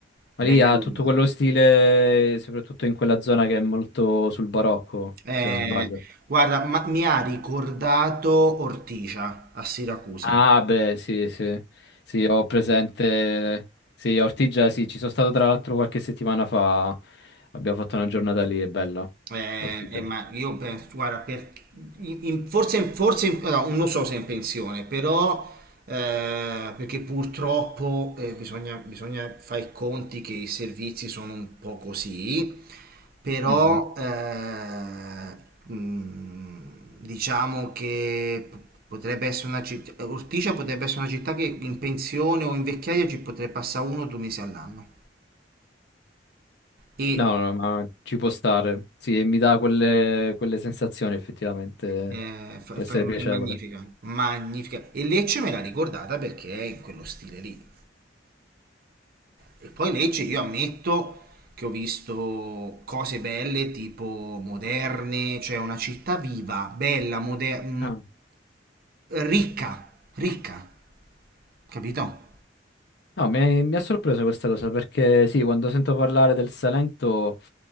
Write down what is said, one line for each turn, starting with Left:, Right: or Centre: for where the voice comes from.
Right: Bella.
Left: Ma lì ha tutto quello stile, soprattutto in quella zona che è molto sul barocco,
Right: Eh,
Left: se non sbaglio.
Right: guarda, ma- mi ha ricordato Ortigia a Siracusa.
Left: Ah, beh, sì, sì, sì, ho presente. Sì, a Ortigia, sì, ci sono stato tra l'altro qualche settimana fa. Abbiamo fatto una giornata lì, è bella.
Right: Eh,
Left: Ortigia.
Right: eh, ma io penso, guarda, per- in- in- forse, forse in- no, non so se è in pensione, però eh, perché purtroppo eh, bisogna, bisogna fare i conti che i servizi sono un po' così, però
Left: Mhm.
Right: eh, mh, diciamo che p- potrebbe essere una città, Ortigia potrebbe essere una città che in pensione o in vecchiaia ci potrebbe passare uno o due mesi all'anno. E
Left: No, no, ma ci può stare. Sì, e mi dà quelle, quelle sensazioni, effettivamente.
Right: È, fa-
Left: Può
Right: fa-
Left: essere piacevole.
Right: è magnifica, magnifica. E Lecce me l'ha ricordata perché è in quello stile lì. E poi Lecce, io ammetto che ho visto cose belle, tipo moderne, cioè una città viva, bella, moderna,
Left: Ah.
Right: ricca, ricca, capito?
Left: No, mi, mi ha sorpreso questa cosa perché sì, quando sento parlare del Salento,